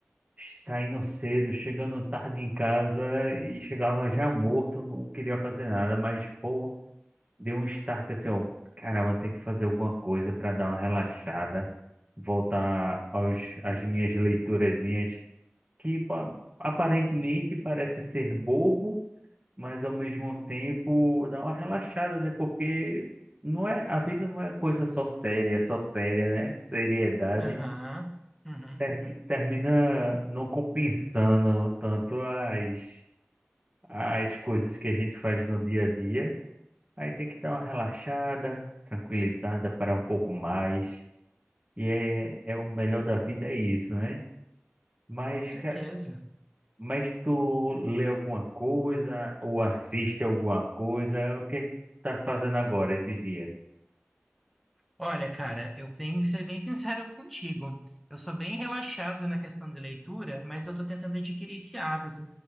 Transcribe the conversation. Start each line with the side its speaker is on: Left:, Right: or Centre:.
Right: saindo cedo, chegando tarde em casa e chegava já morto, não queria fazer nada, mas, pô, deu um start assim, ó, caramba, tem que fazer alguma coisa pra dar uma relaxada, voltar aos, às minhas leiturazinhas. que pa- aparentemente parece ser bobo, mas ao mesmo tempo dá uma relaxada, né? Porque não é, a vida não é coisa só séria, é só séria, né? Seriedade
Centre: Aham. Uhum.
Right: termi- termina não compensando tanto as, as coisas que a gente faz no dia a dia. Aí tem que dar uma relaxada, tranquilizada, parar um pouco mais. E é, é o melhor da vida é isso, né? Mas,
Centre: Com certeza.
Right: cara, Mas tu lê alguma coisa ou assiste alguma coisa? O que é que tu tá fazendo agora esses dias?
Centre: Olha, cara, eu tenho que ser bem sincero contigo. Eu sou bem relaxado na questão de leitura, mas eu tô tentando adquirir esse hábito,